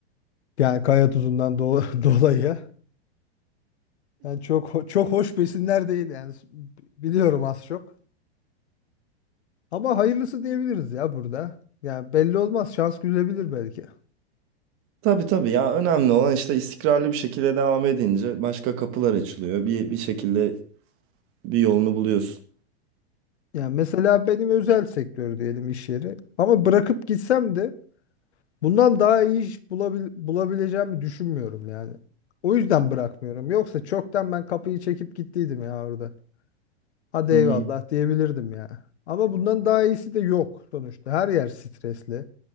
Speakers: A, on the left; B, on the right.
A: Yani kaya tuzundan do <laughs> dolayı. Yani çok ho- çok hoş besinler değil yani biliyorum az çok. Ama hayırlısı diyebiliriz ya burada. Yani belli olmaz şans gülebilir belki.
B: Tabii tabii ya önemli olan işte istikrarlı bir şekilde devam edince başka kapılar açılıyor. Bir bir şekilde bir yolunu buluyorsun.
A: Yani mesela benim özel sektör diyelim iş yeri. Ama bırakıp gitsem de Bundan daha iyi iş bulabil bulabileceğimi düşünmüyorum yani. O yüzden bırakmıyorum. Yoksa çoktan ben kapıyı çekip gittiydim ya orada. Hadi
B: Hı
A: eyvallah
B: hı.
A: diyebilirdim ya. Ama bundan daha iyisi de yok sonuçta. Her yer stresli.